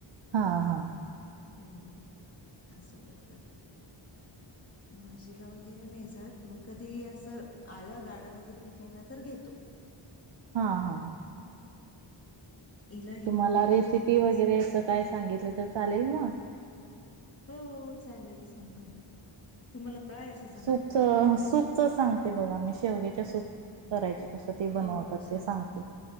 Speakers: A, on the right (about 65°); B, on the left (about 30°).
A: हा हा.
B: हम्म, असं करतात.
A: <inaudible>
B: भाजीला वगैरे नाही जात, मग कधी असं आला गाडा वगैरे विकायला तर घेतो.
A: हा हा.
B: हिला घेऊन
A: तुम्हाला
B: कुठं
A: रेसिपी
B: कुठं फिरायचं
A: वगैरे असं काय सांगितलं तर चालेल म?
B: हो हो चालेल सांगा. तुम्हाला काय असं चांगलं
A: सूपचं
B: करायला येतं
A: सूपचं सांगते बघा मी, शेवग्याच्या सूप करायचे कसं ते बनवतात
B: हो हो सांगा.
A: ते सांगते.